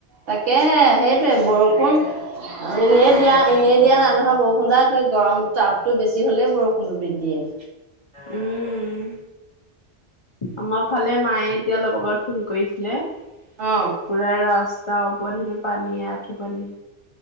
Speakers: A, on the right; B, on the left.
A: তাকেহে সেইটোৱে বৰষুণ অ' এনেই দিয়া, এনেই দিয়া নাই নহয় বৰষুণ জাক সৈ গৰম তাপতটো বেছি হলেই বৰষুণটো দি দিয়ে।
B: উম। আমাৰ ফালে মায়ে এতিয়া অলপ আগত ফোন কৰিছিলে।
A: অ'।
B: পূৰা ৰাস্তা ওপৰত হেনু পানী, এআঁঠু পানী।